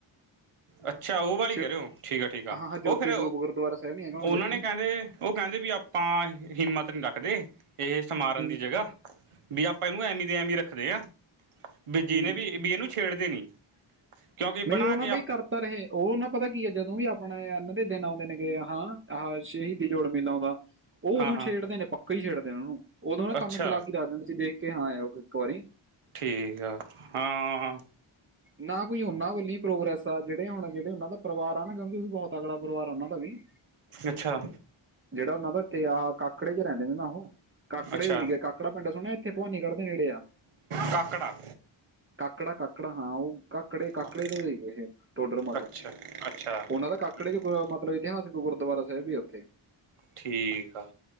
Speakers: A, on the right; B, on the right.
A: ਅੱਛਾ। ਉਹ ਵਾਲੀ
B: ਛ
A: ਕਹਿ ਰਹੇ ਓ। ਠੀਕ ਆ, ਠੀਕ ਆ
B: ਹਾਂ ਹਾਂ ਜੋਤੀ
A: ਉਹ ਫੇਰ
B: ਸਰੂਪ ਗੁਰਦੁਆਰਾ ਸਾਹਿਬ ਨੀ ਹੈਗਾ ਹੁਣ
A: ਉਹਨਾਂ
B: ਜਿੱਥੇ
A: ਨੇ ਕੈਂਦੇ ਉਹ ਕਹਿੰਦੇ ਵੀ ਆਪਾਂ ਹਿੰਮਤ ਨ ਰੱਖਦੇ, ਇਹ ਸਮਾਰਨ
B: ਹੂੰ
A: ਦੀ ਜਗ੍ਹਾ ਵੀ ਆਪਾਂ ਇਹਨੂੰ ਐਵਂ ਦੇ ਐਮੀਂ ਰੱਖਦੇ ਆ, ਬ
B: ਹੂੰ
A: ਜੀਹਨੇ ਵੀ ਵੀ ਇਹਨੂੰ ਛੇੜਦੇ ਨੀ। ਕਿਉਂਕਿ
B: ਨਹੀਂ,
A: ਬਣਾ
B: ਉਹ ਨਾ
A: ਕੇ
B: ਬਈ ਕਰ ਤਾਂ ਰਹੇ ਉਹ ਨਾ ਪਤਾ ਕੀ ਐ? ਜਦੋਂ ਵੀ ਆਪਣੇ ਆਨਾਂ ਦੇ ਦਿਨ ਆਉਂਦੇ ਨੇਗੇ ਹਾਂ। ਆਹ ਸ਼ਹੀਦ ਦੀ ਜੋੜ ਮੇਲਾ ਆਉਂਦਾ।
A: ਹਾਂ
B: ਉਹ ਉਦੋਂ
A: ਹਾਂ
B: ਛੇੜਦੇ ਨੇ ਪੱਕਾ ਹੀ ਛੇੜਦੇ ਨੇ, ਉਹ ਉਦੋਂ ਨਾ
A: ਅੱਛਾ
B: ਕੰਮ ਚਲਾ ਕੇ ਰੱਖਦੇ। ਤੁਸੀਂ ਦੇਖ ਕਿ ਹਾਂ, ਉਹ ਕੋਰੀ
A: ਠੀਕ ਆ। ਹਾਂ।
B: ਨਾ ਕੋਈ ਉਹਨਾਂ ਵੀ ਪ੍ਰੋਗੈਸ ਆ, ਜਿਹੜੇ ਹੁਣ ਜਿਹੜੇ ਉਹਨਾਂ ਦਾ ਪਰਿਵਾਰ ਆ ਨਾ, ਕਿਉਂਕਿ ਉਹ ਵੀ ਬੋਤ ਤਕੜਾ ਪਰਿਵਾਰ ਆ ਉਹਨਾਂ ਦਾ ਵੀ।
A: ਅੱਛਾ।
B: ਜਿਹੜਾ ਉਹਨਾ ਦਾ ਤੇ ਆ ਕਾਕੜੇ ਚ ਰਹਿੰਦੇ ਨੇ ਨਾ ਉਹ। ਕਾਕੜੇ
A: ਅੱਛਾ
B: ਸੀਗੇ। ਕਾਕੜਾ ਪਿੰਡ ਸੁਣਿਆ, ਇਥੇ ਭਵਾਨੀ ਗੜ ਦੇ ਨੇੜੇ ਆ।
A: ਕਾਕੜਾ
B: ਕਾਕੜਾ- ਕਾਕੜ, ਹਾਂ। ਉਹ ਕਾਕੜੇ- ਕਾਕੜੇ
A: ਕਾਕੜਾ
B: ਦੇ ਸੀਗੇ। ਟੋਡਰ ਮੱਲ
A: ਅੱਛਾ ਅੱਛਾ
B: ਉਹਨਾਂ ਦਾ ਕਾਕੜੇ
A: ਠੀਕ
B: ਚ ਮਤਬ ਇਤਿਹਾਸਕ ਗੁਰਦੁਆਰਾ ਸਾਹਿਬ ਹੀ ਉੱਥੇ।
A: ਠੀਕ ਆ।